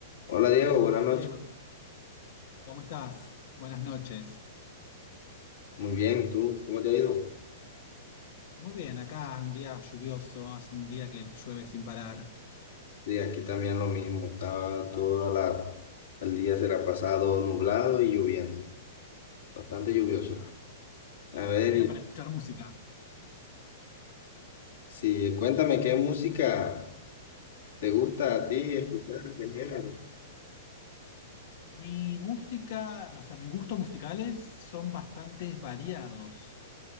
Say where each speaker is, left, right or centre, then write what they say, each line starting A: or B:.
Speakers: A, on the left; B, on the left.
A: Hola Diego, buenas noches.
B: Diego, ¿cómo estás? Buenas noches.
A: Muy bien, ¿tú cómo te ha ido?
B: Muy bien, acá un día lluvioso, hace un día que llueve sin parar.
A: Sí, aquí también lo mismo. Estaba toda la, el día se la ha pasado nublado y lloviendo, bastante lluvioso.
B: Ah,
A: A ver,
B: día
A: y-
B: para escuchar música.
A: sí, cuéntame qué música te gusta a ti escuchar, qué género.
B: Mi música, o sea, mis gustos musicales son bastante variados.